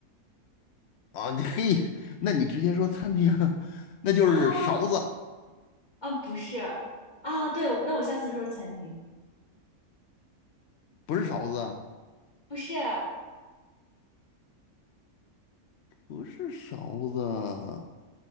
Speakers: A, on the left; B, on the left.
A: 啊！你嘿，那你直接说餐厅，<laughs> 那就是勺子，
B: 啊。啊，不是啊，对，那我下次说餐厅，
A: 不是勺子啊
B: 不是，
A: 不是勺子，